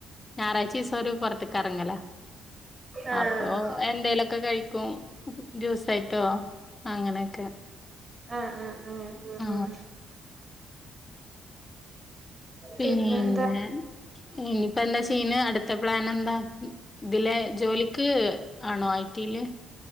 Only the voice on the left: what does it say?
ഞാഴറായ്ച ദിവസം ഒരു പുറത്തേക്ക് കറങ്ങല
അപ്പൊ എന്തേലൊക്കെ കഴിക്ക കോ ജ്യൂസായിട്ടോ അങ്ങനെയൊക്കെ
ആ
പിന്നെ
ഇനിയിപ്പമെന്താ ചെയ്യുന്നേ അടുത്ത അടുത്തപ്ലാനെന്താ ഇതിലെ ജോലിക്ക്ആണോ ഐ ടി യി ൽ